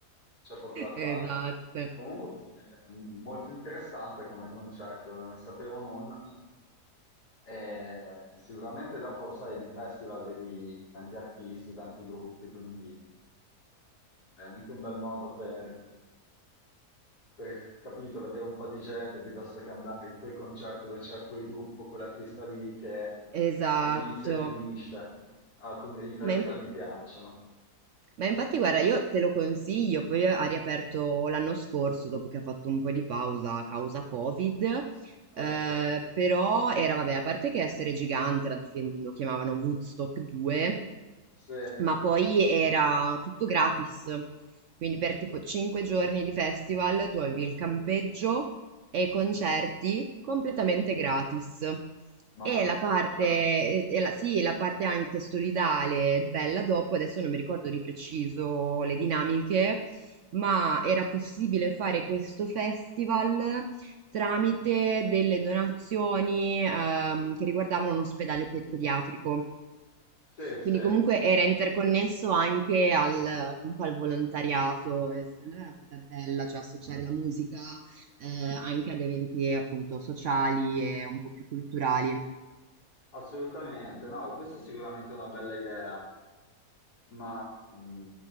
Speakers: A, on the left; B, on the right.
A: c'è poco da fare.
B: Esatto,
A: Comunque, è molto interessante come concerto, non ne sapevo nulla. E sicuramente dopo, sai, nei festival vedi tanti artisti, tanti gruppi, quindi eh, è anche un bel modo per, per, capito, vedere un po' di gente piuttosto che andare in quel concerto dove c'è quel gruppo, quell'artista lì che
B: esatto.
A: inizia e finisce. Ah, come- i festival
B: Ma, in-
A: mi piacciono.
B: ma infatti, guarda, io te lo consiglio, poi ha riaperto l'anno scorso, dopo che ha fatto un po' di pausa a causa Covid.
A: Sì,
B: eh,
A: sì,
B: però era, vabbè, a parte che essere gigante, era difen- lo chiamavano Woodstock 2
A: sì,
B: ma poi era tutto gratis. Quindi per tipo 5 giorni di festival tu avevi il campeggio e i concerti completamente gratis.
A: ma
B: E
A: va,
B: la parte,
A: cioè,
B: e- e la- sì, la parte anche solidale, bella dopo, adesso non mi ricordo di preciso le dinamiche, ma era possibile fare questo festival tramite delle donazioni, ehm, che riguardavano un ospedale pe- pediatrico.
A: sì, sì,
B: Quindi comunque era interconnesso anche al, comunque al volontariato e secondo me è una cosa bella, cioè associare la musica eh, anche ad eventi appunto sociali e un po' più culturali.
A: assolutamente. No, questa è sicuramente una bella idea, ma mh,